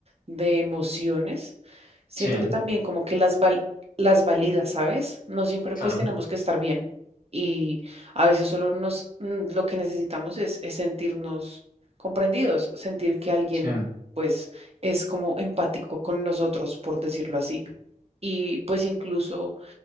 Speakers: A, on the right; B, on the left.
A: de emociones, siento
B: Sí,
A: que también como que las, val- las valida, ¿sabes? No siempre
B: claro.
A: pues tenemos que estar bien y a veces solo nos, mm, lo que necesitamos es, es sentirnos comprendidos, sentir que alguien
B: Sí,
A: pues es como empático con nosotros, por decirlo así. Y pues incluso